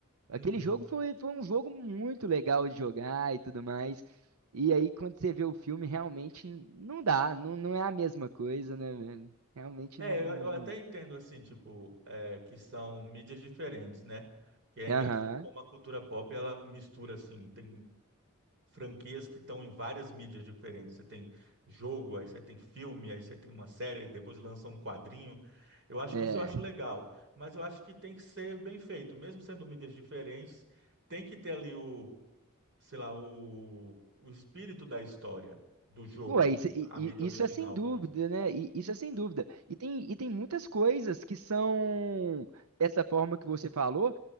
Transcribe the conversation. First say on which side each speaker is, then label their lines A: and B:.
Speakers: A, on the right; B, on the right.
A: Uhum.
B: Aquele jogo foi, foi um jogo muito legal de jogar e tudo mais. E aí, quando você vê o filme, realmente n- não dá, não, não é a mesma coisa, né, velho? Realmente
A: É,
B: não,
A: eu,
B: não,
A: eu até
B: não.
A: entendo, assim, tipo, é, que são mídias diferentes, né? Que é
B: Aham,
A: engraçado como a cultura pop, ela mistura, assim, tem franquias que estão em várias mídias diferentes. Você tem jogo, aí você tem filme, aí você tem uma série, depois lança um quadrinho. Eu acho,
B: é.
A: isso eu acho legal, mas eu acho que tem que ser bem feito, mesmo sendo mídias diferentes, tem que ter ali o, sei lá, o, o espírito da história do jogo,
B: Ué,
A: do que
B: isso,
A: é
B: e-
A: a mídia
B: e-
A: original,
B: isso é sem dúvida,
A: vamos dizer isso.
B: né? E- Isso é sem dúvida. E tem, e tem muitas coisas que são dessa forma que você falou,